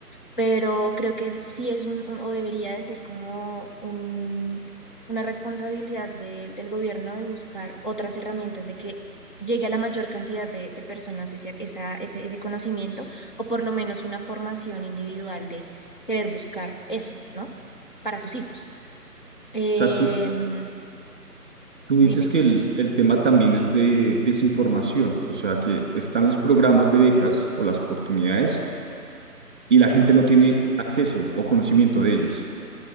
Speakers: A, on the left; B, on the right.
A: pero creo que sí es un, un- o debería de ser como un, una responsabilidad del del gobierno de buscar otras herramientas de que llegue a la mayor cantidad de, de personas ese, esa- ese, ese conocimiento o por lo menos una formación individual de querer buscar eso, ¿no? Para sus hijos. Em,
B: O sea, tú, tú
A: dime.
B: dices que el, el tema también es de desinformación, o sea, que están los programas de becas o las oportunidades y la gente no tiene acceso o conocimiento de ellas.